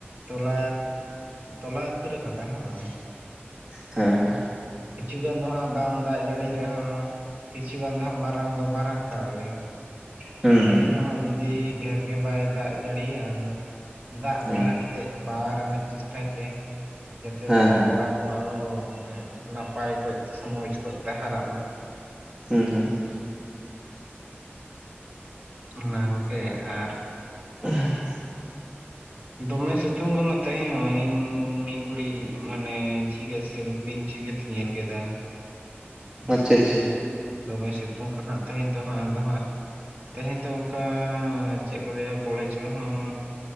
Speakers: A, on the right; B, on the right.
A: ᱛᱚᱞᱟ ᱛᱚᱞᱟ ᱩᱛᱟᱹᱨ ᱟᱠᱟᱫᱟ ᱦᱮᱸ ᱵᱟᱝ?
B: ᱦᱮᱸ
A: ᱠᱤᱪᱷᱩ ᱜᱟᱱ ᱫᱚ ᱦᱟᱸᱜ ᱵᱟᱝ ᱫᱟᱜ ᱡᱟᱹᱲᱤ ᱨᱮ ᱦᱚᱸ ᱠᱤᱪᱷᱩ ᱜᱟᱱ ᱫᱚ ᱦᱟᱸᱜ ᱢᱟᱨᱟᱝ ᱫᱚ ᱢᱟᱨᱟᱝ ᱦᱟᱛᱟᱲ ᱚᱜ ᱜᱮᱭᱟ᱾
B: ᱦᱩᱸ
A: ᱟᱫᱚ
B: ᱦᱩᱸ
A: ᱩᱱ ᱫᱚ ᱦᱟᱸᱜ ᱡᱩᱫᱤ ᱰᱷᱮᱨ ᱜᱮ ᱵᱟᱭ ᱫᱟᱜ ᱡᱟᱲᱤᱭᱟ ᱩᱱᱫᱚ ᱫᱟᱜ
B: ᱦᱮᱸ
A: ᱡᱟᱸᱦᱟ ᱠᱟᱛᱮ ᱯᱟᱣᱟᱣ ᱨᱮᱱᱟᱜ ᱪᱮᱥᱴᱟᱭ ᱯᱮ ᱡᱟᱛᱮ
B: ᱦᱮᱸ ᱦᱮᱸ
A: ᱛᱚᱞᱟ ᱠᱚ ᱠᱚ ᱟᱨᱦᱚ ᱢᱟᱱᱮ ᱱᱟᱯᱟᱭ ᱠᱚᱡ ᱛᱮ ᱥᱮ ᱢᱚᱡᱽ ᱠᱚᱡ ᱛᱮ ᱦᱟᱨᱟᱜ ᱢᱟ
B: ᱦᱩᱸ ᱦᱩᱸ
A: ᱚᱱᱟ ᱠᱚᱜᱮ ᱟᱨ
B: ᱩᱻᱦᱩᱢ
A: ᱫᱚᱢᱮ ᱥᱤᱛᱩᱝ ᱠᱟᱱᱟ ᱛᱟᱦᱮᱸᱧ ᱦᱚ ᱤᱧ ᱢᱤᱫ ᱜᱷᱩᱤ ᱢᱟᱱᱮ ᱡᱷᱤᱡᱟ ᱥᱮᱞ ᱯᱤᱧᱪᱤ ᱠᱟᱛᱮ ᱧᱮᱞ ᱠᱮᱫᱟ᱾ ᱦᱩᱸ
B: ᱟᱪᱪᱷᱟ ᱟᱪᱪᱷᱟ
A: ᱫᱚᱢᱮ ᱥᱤᱛᱩᱝ ᱠᱟᱱᱟ ᱦᱟᱸᱜ ᱛᱮᱦᱤᱧ ᱫᱚ ᱦᱟᱸᱜ ᱟᱫᱚ ᱦᱟᱸᱜ ᱛᱮᱦᱮᱧ ᱫᱚ ᱚᱱᱠᱟ ᱪᱮᱫ ᱠᱚ ᱞᱟᱹᱭᱟ ᱠᱚᱞᱮᱡᱽ ᱠᱚ ᱦᱚᱸ